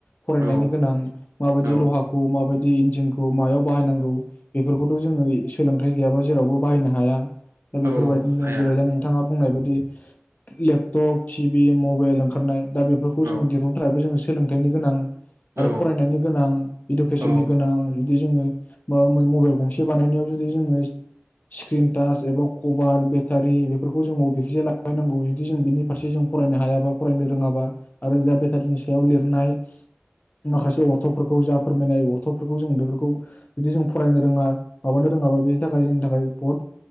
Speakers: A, on the left; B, on the right.
A: फरायनायनि
B: औ
A: गोनां माबायदि
B: औ
A: लहाखौ
B: औ
A: माबा इन्जिनखौ मायाव बाहायनांगौ। बेफोरखौथ जोङो सोलों थै गैयाबा जेरावबो बाहायनो हाया। दा बेफोरबायदिनो
B: औ हाया
A: जेरै दा नोंथाङा बुंनाय बायदि लेपटप टिभि मबाइल ओंखारनाय। दा बेफोरखौ
B: औ
A: जों <unintelligible> सोलोंथाइनि गोनां। आरो
B: औ
A: फरायनायनि गोनां इडुकेसननि
B: औ
A: गोनां जुदि जोङो माबा मबाइल गंसे बानायनायाव जुदि जोङो स्क्रिन टाच एबा कभार बेटारि बेफोरखौ जों अबेखेसे लाबायनांगौ जुदि जों बिनि फारसे जों फरायनो हायाबा फरायनो रोङाबा आरो दा बेटारिनि सायाव लिरनाय। माखासे अर्थफोरखौ जा फोरमायनाय अर्थफोरखौ जों बेफोरखौ जुदि जों फरायनो रोङा। माबानो रोङाबा बेनि थाखाय जोंनि थाखाय बहुद